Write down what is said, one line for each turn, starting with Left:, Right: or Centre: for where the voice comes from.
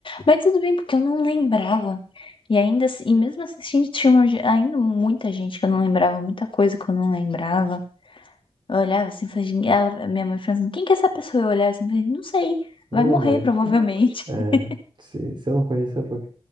Left: Mas tudo bem, porque eu não lembrava. E ainda, assim- e mesmo assistindo, tinha uma ge- ainda muita gente que eu não lembrava, muita coisa que eu não lembrava. Eu olhava assim, falei, "Gente", ela, minha mãe falando, quem que é essa pessoa? Eu olhava assim, falei, não sei,
Right: Não
Left: vai
Right: lembro
Left: morrer
Right: mais.
Left: provavelmente.
Right: <laughs> É,
Left: <laughs>
Right: se, se eu não conheço, é porque...